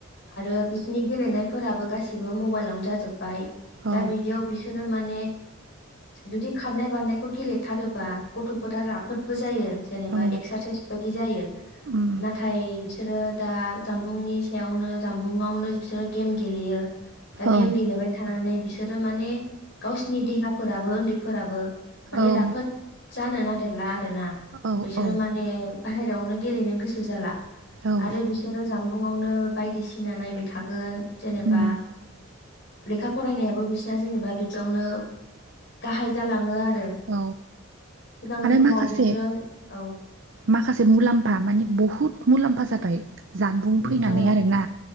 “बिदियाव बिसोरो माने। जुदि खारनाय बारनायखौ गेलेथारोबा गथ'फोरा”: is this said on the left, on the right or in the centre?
Left